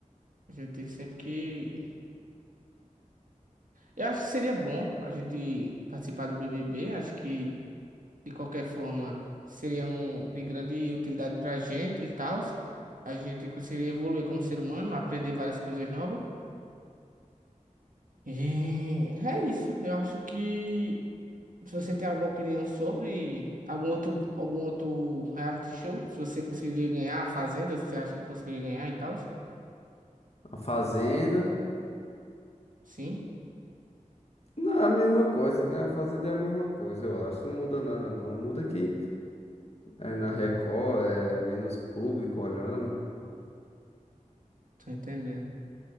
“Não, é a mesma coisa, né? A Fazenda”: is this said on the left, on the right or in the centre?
Left